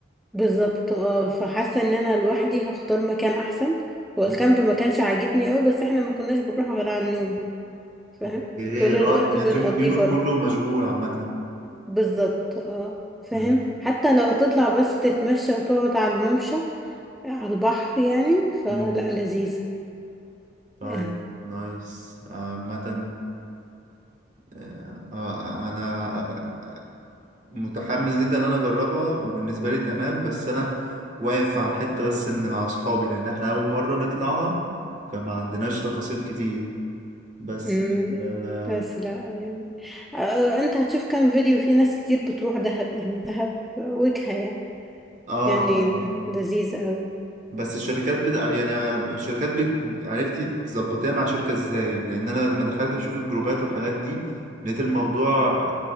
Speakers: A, in the centre; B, on the right.
A: بالظبط اه فحاسة إن أنا لوحدي هختار مكان أحسن هو
B: م.
A: الكامب ما كانش عاجبني أوي بس احنا ما كناش بنروح غير على النوم فاهم
B: اوكي
A: طول الوقت
B: اه يعني
A: بنقضيه
B: يوم- يومك
A: بره
B: كله مشغول عامة
A: بالظبط اه فاهم
B: م.
A: حتى لو هتطلع بس تتمشى وتقعد على الممشى على البحر يعني فلا
B: م.
A: لذيذة
B: طيب
A: آه.
B: نايس عامة آه، آه، آه، انا متحمس جدا ان انا اجربها وبالنسبه لي تمام بس انا واقف على الحته بس ان مع اصحابي لان احنا اول مره نطلعها فما عندناش تفاصيل كتير بس
A: مم.
B: اه
A: بس لا يعني آه، انت هتشوف كام فيديو في ناس كتير بتروح دهب يعني دهب وجهة يعني
B: اه
A: يعني
B: آه.
A: لذيذة أوي
B: بس الشركات بدا يعني الشركات بج... عرفتي تظبطيها مع شركه ازاي لان انا لما دخلت اشوف الجروبات والحاجات دي لقيت الموضوع